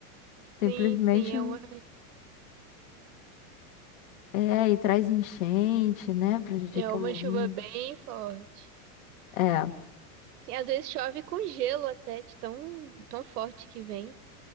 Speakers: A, on the left (about 60°); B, on the right (about 80°).
A: Simplesmente.
B: Sim, sim, é uma,
A: É, e traz enchente, né? Prejudica
B: é uma
A: o.
B: chuva
A: mundo.
B: bem forte.
A: É.
B: Sim, às vezes chove com gelo até, de tão, tão forte que vem.